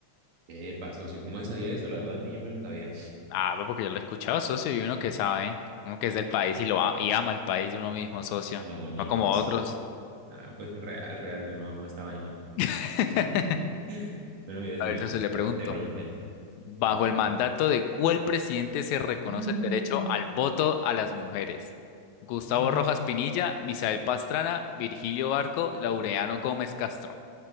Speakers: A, on the right; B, on the left.
A: Epa, socio, ¿cómo sabía eso? La verdad, ni yo me la sabía.
B: Ah, pues porque yo lo he escuchado, socio, y uno que sabe, uno que es del país y lo a- y ama el país de uno mismo, socio,
A: Ah, no,
B: no como
A: pues
B: otros.
A: sí, pues, ah, pues real, real, yo no amo esta vaina.
B: <laughs>
A: <laughs> Bueno, mi decisión.
B: A ver, socio, le
A: Pregunte,
B: pregunto,
A: pregunte.
B: ¿bajo
A: Dale.
B: el mandato de cuál presidente se reconoce
A: No.
B: el derecho al voto a las mujeres? Gustavo
A: Mm.
B: Rojas Pinilla, Misael Pastrana, Virgilio Barco, Laureano Gómez Castro.